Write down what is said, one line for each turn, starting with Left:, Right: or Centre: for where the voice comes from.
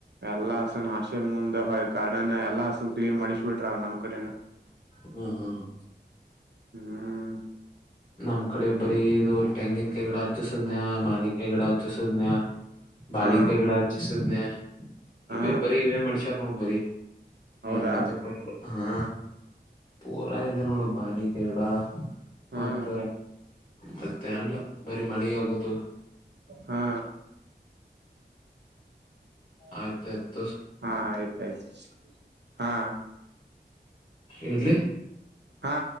Right: ಎಲ್ಲಾ ಹಸನ್ ಹಾಸ್ಟೆಲ್ ಮುಂದೆ ಹೊಯ್ ಗಾರ್ಡನ್ ಎಲ್ಲ ಹಸನ್ ಕ್ಲೀನ್ ಮಾಡಿಸ್ ಬಿಟ್ರ ಆಗ ನಮ್ಮ ಕಡೆನ
Left: ಹ್ಮ್ ಹ್ಮ್
Right: ಹ್ಮ್
Left: ನಮ್ ಕಡೆ ಬರೀ ಇದು ತೆಂಗಿನ ಕೈ ಗಡ ಹಚ್ಚಸದ್ನಯ ಮನೆ ಕೈ ಗಿಡ ಹಚ್ಚಸದ್ನ್ಯ ಬಾಳಿ
Right: ಹಾ
Left: ಕೈ ಗಿಡ ಹಚ್ಚಿಸಿದ್ನಯ
Right: ಹಾ
Left: ಇವೇ ಬರೀ ಇವೇ ಮಣಸ್ಯಾರ್ ನೋಡ್ ಬರೀ
Right: ಹೌದಾ
Left: ಏನ್ ಹೇಳತಕ್ಕ ಹಾ ಪೂರಾ ಇದೆ ನೋಡ ಬಾನಿಕಗಡ ಮತ್ತ
Right: ಹ್ಮ್
Left: ಮತ್ತೆ ಅಲ್ಲ ಬರಿೀ ಮಳೆ ಆಗುದು
Right: ಹಾ
Left: ಆಯ್ತಾಯಯ್ತು
Right: ಹಾ ಆಯ್ತ ಆಯ್ತು ಹಾ
Left: ಇಡ್ಲಿ
Right: ಹಾ